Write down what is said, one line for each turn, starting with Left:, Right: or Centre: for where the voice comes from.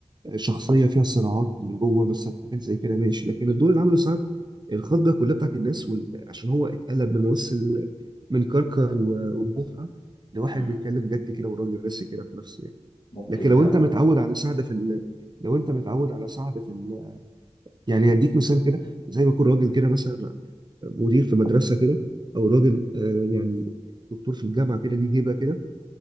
Right: شخصيه فيها صراعات من جوه مثلا حاجات زي كده ماشي لكن الدور اللي عمله سعد الخضه كلها بتاعت الناس وال... عشان هو اتقلب من ممثل من كركر و- وبوحه لواحد
Left: مم.
Right: بيتكلم جد كده وراجل راسي كده في نفسه يعني
Left: ممكن
Right: لكن
Left: فعلا
Right: لو انت متعود على سعد في ال... لو انت متعود على سعد في ال... يعني هديك مثال كده زي ما يكون راجل كده مثلا مدير في مدرسه كده او راجل آه، يعني دكتور في الجامعه كده ليه هيبه كده